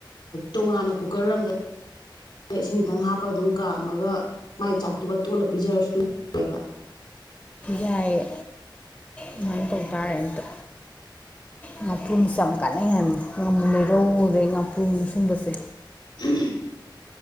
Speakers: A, on the left (about 70°); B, on the left (about 20°).
A: ꯇꯣꯉꯥꯟꯅ ꯀꯨꯀꯔ ꯑꯝꯗ ꯏꯁꯤꯡ ꯈꯤꯇꯪ ꯍꯥꯞꯄꯒ ꯑꯗꯨꯝ ꯀꯥꯝꯃꯒ ꯃꯥꯏ ꯆꯥꯛꯇꯨꯒ ꯇꯣꯠꯂ ꯄꯤꯖꯔꯁꯨ ꯑꯗꯨ ꯕ
B: ꯌꯥꯏꯌꯦ ꯑꯗꯨꯃꯥꯏꯅ ꯇꯧ ꯇꯥꯔꯦ ꯑꯝꯇ ꯉꯥꯄ꯭ꯔꯨꯝꯁꯦ ꯌꯥꯝ ꯀꯥꯟꯅꯩꯍꯜꯂꯤ ꯉꯥꯃꯨ ꯂꯩꯔꯧ ꯑꯗꯩ ꯉꯥꯄ꯭ꯔꯨꯝ ꯁꯨꯝꯕꯁꯦ
A: ꯎꯝ